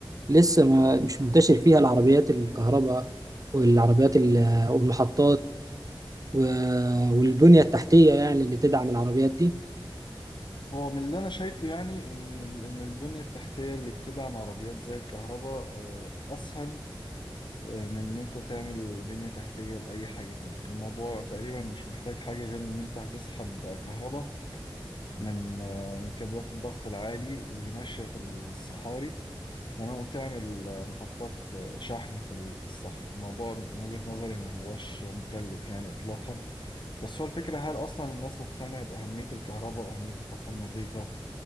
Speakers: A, on the right; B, on the left.
A: لسه ما مش منتشر فيها العربيات الكهرباء والعربيات ال- والمحطات و- والبنيه التحتيه يعني اللي تدعم العربيات دي
B: هو من اللي أنا شايفه يعني إن ال- إن البنية التحتية اللي بتدعم عربيات زي الكهرباء آه، أسهل آه، من ان انت تعمل بنية تحتية لأي حاجة تانية الموضوع تقريبا مش محتاج حاجة غير ان انت هتسحب كهرباء من آه، من كابلات الضغط العالي اللي ماشية في الصحاري تمام وتعمل آه، محطات آه، شحن في ال- في الصحراء الموضوع من وجهة نظري ما هوش مكلف يعني إطلاقا بس هو الفكرة هل أصلا الناس مقتنعة بأهمية الكهرباء وأهمية الطاقة النظيفة